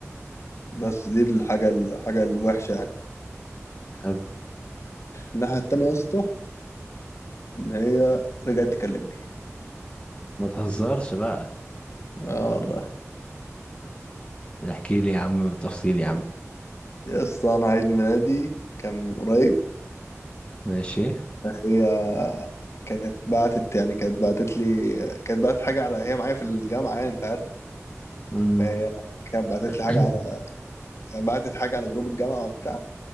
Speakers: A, on the left; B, on the left.
A: بس دي الحاجه الحاجه الوحشه يعني
B: حلو
A: الناحيه التانيه يا اسطى ان هي رجعت تكلمني
B: ما تهزرش بقى
A: اه والله
B: احكي لي يا عم بالتفصيل يا عم
A: يا اسطى انا عيد ميلادي كان من قريب
B: ماشي
A: هي كانت بعتت يعني كانت بعتت لي كانت بعتت حاجة على هي معايا في الجامعة يعني انت عارف
B: امم
A: فهي كانت بعتت لي حاجة
B: <clears throat>
A: على بعتت حاجة على جروب الجامعة وبتاع